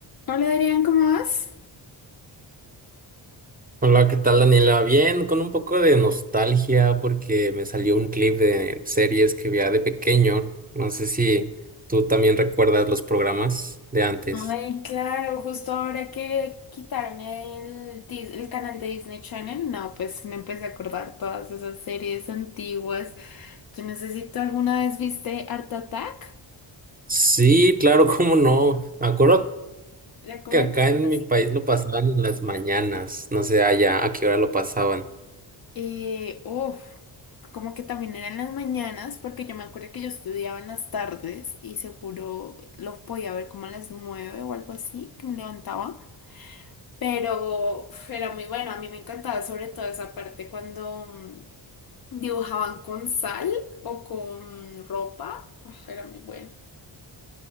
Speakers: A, on the left; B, on the right.
A: Hola Adrián, ¿cómo vas?
B: Hola, ¿qué tal, Daniela? Bien, con un poco de nostalgia porque me salió un clip de series que veía de pequeño. No sé si tú también recuerdas los programas de antes.
A: Ay, claro, justo ahora que quitaron el, Dis- el canal de Disney Channel, no, pues me empecé a acordar todas esas series antiguas. Yo necesito, ¿alguna vez viste Art Attack?
B: Sí, claro, <laughs> cómo no. Me acuerdo
A: Era como
B: que acá
A: de los
B: en
A: clásicos.
B: mi país lo pasaban en las mañanas. No sé allá a qué hora lo pasaban.
A: Eh, uf, como que también eran las mañanas, porque yo me acuerdo que yo estudiaba en las tardes y seguro lo podía ver como a las nueve o algo así, que me levantaba. Pero uf, era muy bueno, a mí me encantaba sobre todo esa parte cuando mm, dibujaban con sal o con ropa, Uf, era muy bueno.